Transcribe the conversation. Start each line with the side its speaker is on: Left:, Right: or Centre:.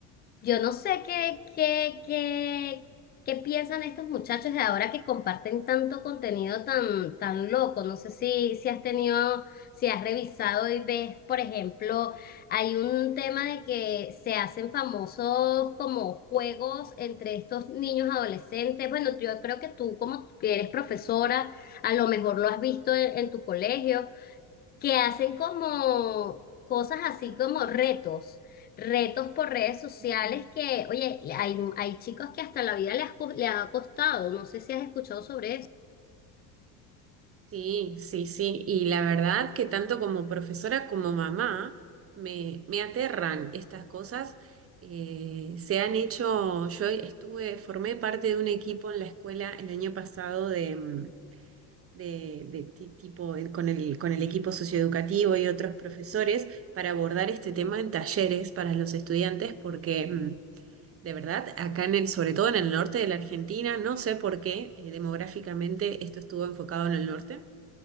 Left: yo no sé qué, qué, qué, qué piensan estos muchachos de ahora que comparten tanto contenido tan, tan loco. No sé si, si has tenido, si has revisado y ves, por ejemplo, hay un tema de que se hacen famosos como juegos entre estos niños adolescentes. Bueno, yo creo que tú, como que eres profesora, a lo mejor lo has visto en en tu colegio que hacen como cosas así como retos, retos por redes sociales
Right: Ujú.
Left: que, oye, hay, hay chicos que hasta la vida les, ha co- les ha costado, no sé si has escuchado sobre eso.
Right: Sí, sí, sí. Y la verdad que tanto como profesora como mamá me, me aterran estas cosas. Eh, se han hecho, yo estuve, formé parte de un equipo en la escuela el año pasado de, mm, de, de ti- tipo eh, con el, con el equipo socioeducativo y otros profesores para abordar este tema en talleres para los estudiantes porque... mm, De verdad, acá en el, sobre todo en el norte de la Argentina, no sé por qué eh, demográficamente esto estuvo enfocado en el norte,